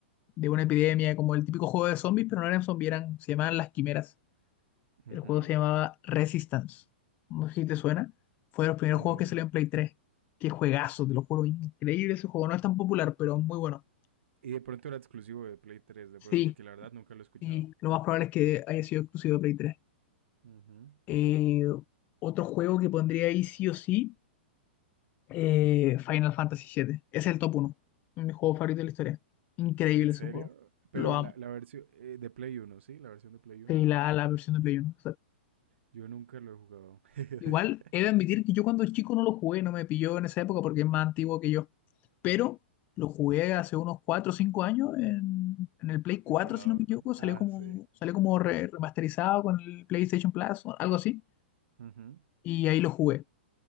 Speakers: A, on the left; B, on the right.
A: de una epidemia, como el típico juego de zombies, pero no eran zombies, eran, se llamaban las quimeras.
B: ujú,
A: El juego se llamaba Resistance. No sé si te suena. Fue de los primeros
B: No.
A: juegos que salió en Play 3. Qué juegazo, te lo juro. Increíble ese juego. No es tan popular, pero muy bueno.
B: Y de pronto era exclusivo de Play 3 de
A: Sí,
B: pronto, porque la verdad nunca lo he escuchado.
A: sí. Lo más probable es que haya sido exclusivo de Play 3.
B: Ujú.
A: Eh, otro juego que pondría ahí sí o sí, eh, Final Fantasy VII. Ese es el top uno. Mi juego favorito de la historia. Increíble
B: ¿En serio?
A: ese juego.
B: Pero
A: Lo amo.
B: la, la versión eh, de Play uno ¿sí? La versión de Play uno
A: Sí, la, la versión de Play 1.
B: Yo nunca lo he jugado. <laughs>
A: Igual he de admitir que yo cuando chico no lo jugué, no me pilló en esa época porque es más antiguo que yo. Pero lo jugué hace unos 4 o 5 años en, en el Play 4,
B: En volador.
A: si no me equivoco. Salió
B: Ah,
A: como,
B: sí.
A: salió como re- remasterizado con el PlayStation Plus o algo así.
B: Ujú.
A: Y ahí lo jugué.